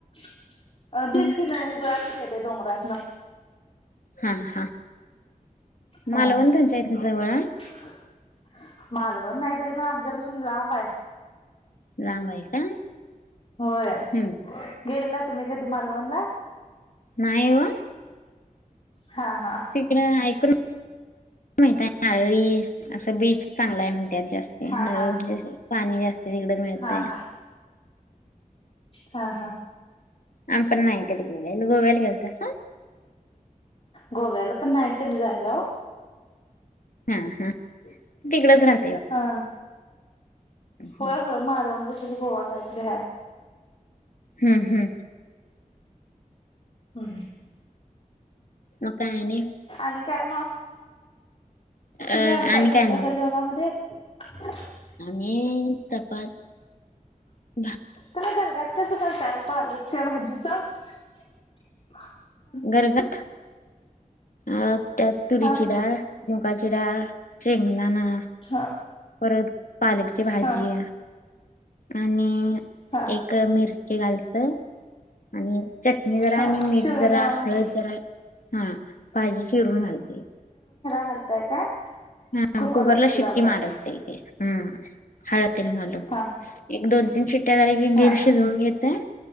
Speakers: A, on the left; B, on the left.
A: <inaudible> अ तीस
B: हम्म
A: किलो उगळा कि <inaudible> ते डोंगरातन
B: हा- हा
A: हा
B: मालवण तुमच्या इथनं जवळ हाय?
A: <inaudible> मालवण नाही, तरी पण आमच्यापासून लांब हाय.
B: लांब आहे का?
A: होय
B: हम्म
A: गेलात् तुम्ही कधी मालवणला
B: नाही व.
A: हा हा
B: तिकडं ऐकून माहिताय नारळी असं बीच चांगला आहे म्हण त्यात जास्त हाय
A: हा हा
B: <unintelligible> पाणी जास्त आहे. तिकडं मिळतंया.
A: हा हा हा हा
B: आम्ही पण नाय गेलेलो कधी. गोव्याला गेलतासा?
A: गोव्याला पण नाही कधी जायला ओ.
B: हा हा तिकडंच राहत
A: हा होय
B: हम्म
A: होय मालवण प गोवा कायतरी हाय.
B: हम्म हम्म
A: हम
B: मग काय आणि?
A: आणि काय मग?
B: अ
A: तुम्ही आज काय
B: आणि
A: करतासा
B: नाही
A: जेवणामधे? <inaudible>
B: मी आता भात भा
A: ताई गरगाट कसं करताय ओ पालकच्या भाजीचं. <inaudible>
B: गरगाट अ त्यात तुरीची
A: हा
B: डाळ ची डाळ शेंगदाणा
A: हा
B: परत पालकची भाजी
A: हा
B: आहे. आणि
A: हा
B: एक मिरची घालतं. आणि चटणी जरा
A: हा
B: आणि मीठ
A: चिरून
B: जरा हळद जरा. हम् भाजी चिरून घालते.
A: करताय काय?
B: हम
A: कुकरला
B: कुगर्ला
A: शिट्टी
B: शि्टी
A: लावताय
B: मारते हम् हळद घालून
A: हा
B: एक दोन जे त्याकी
A: हा
B: गिरशजऊन येत.